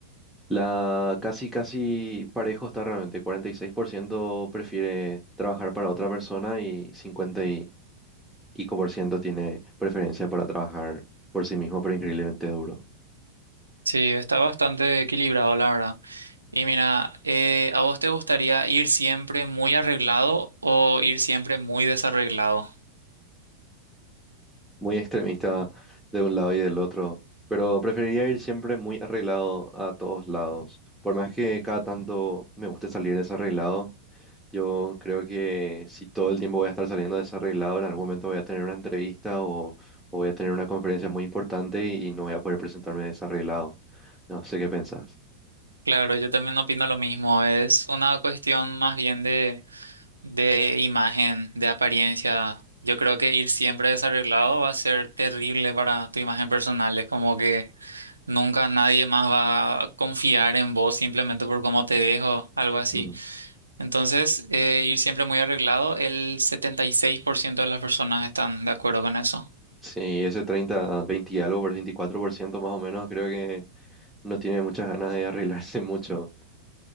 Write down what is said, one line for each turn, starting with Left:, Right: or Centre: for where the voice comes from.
Centre: La casi, casi parejo está realmente. 46% prefiere trabajar para otra persona y 50 y pico por ciento tiene preferencia para trabajar por sí mismo, pero increíblemente duro.
Right: Sí, está bastante equilibrado, la verdad. Y mira, eh, ¿a vos te gustaría ir siempre muy arreglado o ir siempre muy desarreglado?
Centre: Muy extremista de un lado y del otro, pero preferiría ir siempre muy arreglado a todos lados. Por más que cada tanto me guste salir desarreglado, Yo creo que si todo el tiempo voy a estar saliendo desarreglado, en algún momento voy a tener una entrevista o, o voy a tener una conferencia muy importante y no voy a poder presentarme desarreglado. No sé qué pensás.
Right: Claro, yo también opino lo mismo. Es una cuestión más bien de, de imagen, de apariencia. Yo creo que ir siempre desarreglado va a ser terrible para tu imagen personal. Es como que nunca nadie más va a confiar en vos simplemente por cómo te dejo, algo así.
Centre: Mm.
Right: Entonces, eh, ir siempre muy arreglado, el 76% de las personas están de acuerdo con eso.
Centre: Sí, ese 30, 20 y algo, por 24% más o menos, creo que no tiene muchas ganas de arreglarse mucho.